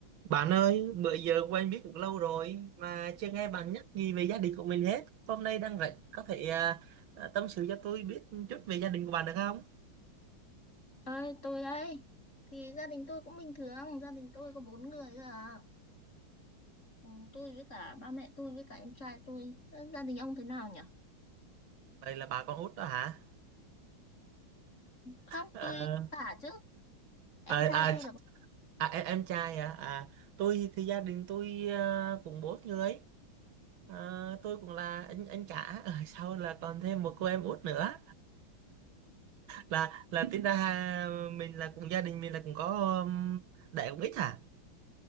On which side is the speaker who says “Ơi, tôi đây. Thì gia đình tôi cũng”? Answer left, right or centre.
Left